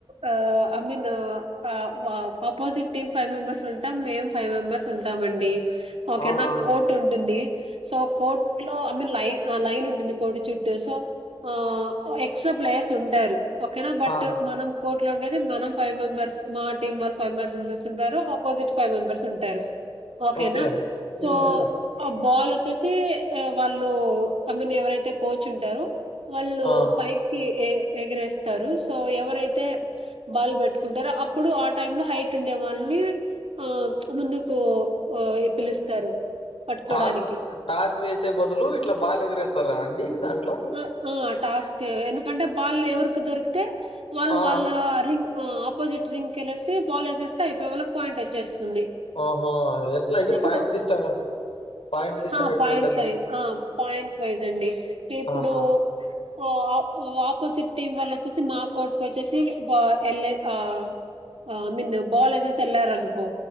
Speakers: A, on the right; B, on the left.
A: ఆ ఐ మిన్ ఆ వా ఆపోజిట్ టీమ్ ఫైవ్ మెంబెర్స్ ఉంటాం మేం ఫైవ్ మెంబర్స్ ఉంటా మండి ఓకే
B: ఆ
A: నా
B: అవునులే
A: కోట్ ఉంటుంది సో ఆ కోట్ కోట్లో ఐ మీన్ లైన్ లైన్ ఉంటుంది కోటి చుట్టూ సో ఆహ్ ఎక్స్ట్రా ప్లేయర్స్ ఉండరూ ఓకేనా బట్
B: ఆ
A: మనం కోర్ట్ లో ఉండేది మనం ఫైవ్ మెంబెర్స్ మా టీం వాళ్లు ఫైవ్ ఫైవ్ మెంబర్స్ ఉంటారు ఆపోజిట్ ఫైవ్ మెంబర్స్ ఉంటారు ఓకేనా
B: ఓకే
A: సో
B: ఉమ్ ఉమ్
A: ఆ బాల్ వచ్చేసి వాళ్ళు ఐ మీన్ ఎవరైతే కోచ్ ఉంటరో వాళ్ళు
B: ఆ
A: పైకి ఎగరేస్తారు సో ఎవరైతే బాల్ పట్టుకుంటారు అప్పుడు ఆ టైమ్ లో హైట్ ఉండే వాళ్ళని ఆ ముందుకు ఓ ఎక్కిలిస్తారు పట్టుకోడానికి
B: టాస్ టాస్ వేసే బదులు ఇట్లా బాల్ ఎగరేస్తారా అండి దాంట్లో
A: అ ఆ టాస్క్ ఎందుకంటే బాల్ ఎవరికి దొరికితే వాళ్ళు
B: ఆ
A: వాళ్ళ రింగ్ ఆపోజిట్ రింగ్ కెళ్ళెసి బాల్ ఏసేస్తే అయిపోవెలె పాయింట్ వచ్చేస్తుంది
B: ఓహో ఎట్లా అండి
A: ఇప్పుడు
B: పాయింట్ సిస్టమ్ పాయింట్ సిస్టమ్
A: ఆ
B: ఎట్లుంటది
A: పాయింట్స్ స్రెజ్ ఆ పాయింట్స్ వైజ్ అండి ఇప్పుడు
B: ఆహా
A: ఆ ఆపోజిట్ టీం వాళ్ళ వచ్చేసి మా కోర్ట్ కు వచ్చేసి వెళ్ళ ఆ ఐ మీన్ బాల్ ఎసెస్ ఎలారనుకో